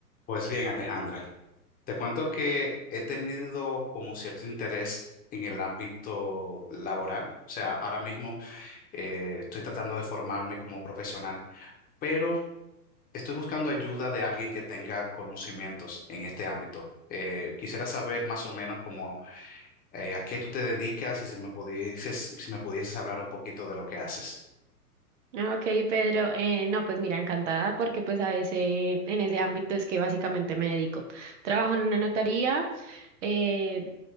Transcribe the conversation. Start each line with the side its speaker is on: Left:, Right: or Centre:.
Left: Pues bien, Alejandra, te cuento que he tenido como cierto interés en el ámbito laboral. O sea, ahora mismo eh, estoy tratando de formarme como profesional, pero estoy buscando ayuda de alguien que tenga conocimientos en este ámbito. Eh, quisiera saber más o menos como eh, a qué tú te dedicas y si me pudieses, si me pudieses hablar un poquito de lo que haces.
Right: Ah, Ok, Pedro, eh, no, pues mira, encantada porque pues a ese, en ese ámbito es que básicamente me dedico. Trabajo en una notaría. Eh,